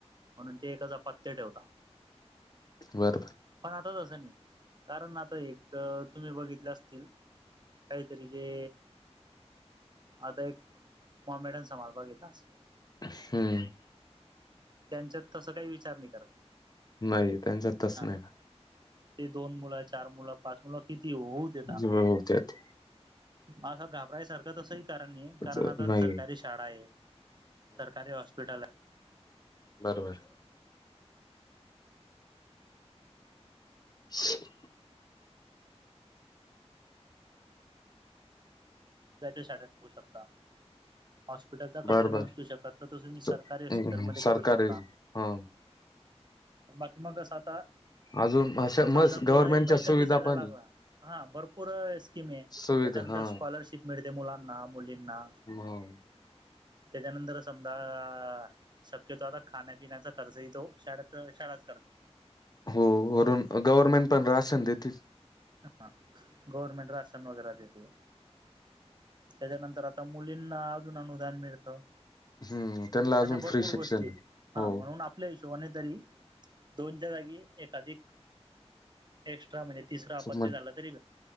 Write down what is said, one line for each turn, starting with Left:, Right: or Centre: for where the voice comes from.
Right: म्हणून ते एका जाप् पत्य ठेवता.
Left: बर...
Right: पण आता तसं नाही, कारण आता एक तर तुम्ही बघितले असतील, काहीतरी जे आदर एक मोमेडन समाज बघितला असन
Left: हम्म
Right: त्यांच्यात तसं काही विचार नाही करत.
Left: नाही त्यांच्यात तस
Right: हा
Left: नाही ना
Right: ते दोन मुलं, चार मुलं, पाच मुलं किती होऊ देता.
Left: हो त्यात
Right: हास घाबरायसारं- आता तसही कारण नाही, कारण
Left: तसं
Right: आता
Left: नाही
Right: सरकारी शाळा आहे, सरकारी हॉस्पिटल आ-
Left: बर बर <unintelligible>
Right: <inaudible> सोडवू शकता. हॉस्पिटलचा खर्च
Left: बर
Right: नाही
Left: बर
Right: उचलू शकत, तर तुम्ही सरकारी
Left: स-
Right: हॉस्पिटलमध्ये
Left: हम्म, सरकारी
Right: करू शकता.
Left: हा
Right: बाकी मग असं आता
Left: अजून अशा
Right: समजा
Left: मस्त
Right: थोडाही
Left: गव्हर्मेंटच्या
Right: पैसा
Left: सुविधा
Right: दिसायला
Left: पण
Right: लागला,
Left: आहे.
Right: हं भरपूर अस् स्किम आहे.
Left: सुविधा
Right: त्याच्यानंतर
Left: हा
Right: स्कॉलरशिप मिळते मुलांना, मुलींना.
Left: म
Right: त्याच्या नंतर समादा शक्यतो आता खाण्यापिण्याचा खर्चही तो शाडेत- शाळाच करते.
Left: हो वरून गव्हर्नमेंट पण राशन देेतीच.
Right: अहं गव्हर्नमेंट राशन वगैरे देते. त्याच्यानंतर आता मुलींना अजून अनुदान मिळतं.
Left: हम्म त्यांना अजून
Right: अशा भरपूर
Left: फ्री शिक्षण
Right: गोष्टी
Left: आहे.
Right: हा
Left: हो
Right: म्हणून आप आपल्या हिशोबाने तरी दोनच्या जागी एखाधिक एक्स्ट्रा म्हणजे तिसर आपत्ती
Left: मग
Right: झाला तरी